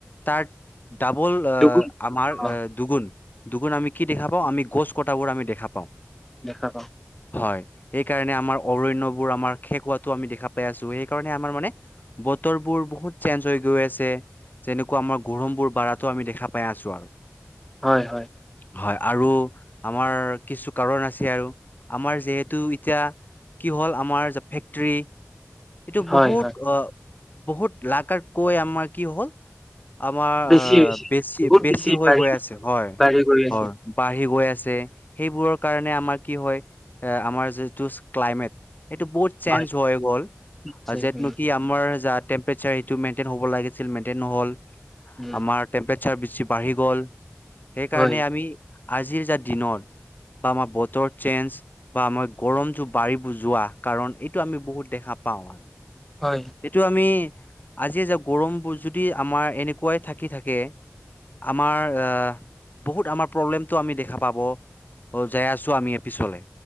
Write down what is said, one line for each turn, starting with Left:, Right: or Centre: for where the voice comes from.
Left: তাত ডাবল,
Centre: দুগুণ
Left: আমাৰ
Centre: পাওঁ
Left: দুগুণ দুগুণ, আমি কি দেখা পাওঁ? আমি গছ কটাবোৰ আমি দেখা পাওঁ।
Centre: দেখা পাওঁ।
Left: হয়। সেইকাৰণে আমাৰ অৰণ্যবোৰ আমাৰ শেষ হোৱাটো আমি দেখা পাই আছোঁ। সেইকাৰণে আমাৰ মানে ব বতৰ বোৰ বহুত চেঞ্জ হৈ গৈ আছে। যেনেকুৱা আমাৰ গৰমবোৰ বাঢ়াতো আমি দেখা পাই আছোঁ, আৰু
Centre: হয় হয়।
Left: হয়, আৰু আমাৰ কিছু কাৰণ আছে। আৰু আমাৰ, যিহেতু এতিয়া কি হ'ল, আমাৰ যে ফেক্টৰী এইটো
Centre: হয়
Left: বহুত
Centre: হয়
Left: আহ, বহুত লাগাত কৈ আমাৰ কি হ'ল আমাৰ
Centre: বেছি
Left: আহ
Centre: হৈছে
Left: বেছি-বেছি
Centre: বহুত বেছি
Left: হৈ
Centre: বাঢ়ি
Left: গৈ আছে হয়
Centre: বাঢ়ি গৈ আছে
Left: অ' বাঢ়ি গৈ আছে। সেইবোৰৰ কাৰনে আমাৰ কি হ'য়, এ আমাৰ যিটো ক্লাইমেট এইটো বহুত চেঞ্জ
Centre: হয়
Left: হৈ গ'ল।
Centre: নিশ্চয়
Left: যেতনোকি
Centre: উম
Left: আমাৰ <unintelligible> টেম্পেৰেছাৰ এইটো মেণ্টইন হব লাগিছিল, মেণ্টইন নহ'ল।
Centre: উম
Left: আমাৰ টেম্পেৰে ইচ্ছাৰ বেছি বাঢ়ি গ'ল সেইকাৰণে
Centre: হয়
Left: আমি আজিৰ যে দিনৰ বা আমাৰ বতৰ চেঞ্জ বা আমাৰ গৰমটো বাঢ়ি বোৰ যোৱা কাৰণ এইটো আমি বহুত দেখা পাওঁ।
Centre: হয়
Left: এইটো আমি আজি যে গৰমবোৰ যদি আমাৰ এনেকুৱাই থাকি থাকে আমাৰ এ বহুত আমাৰ প্ৰব্লেমতটো আমি দেখা পাব। অ' যাই আছো আমি পিছলে।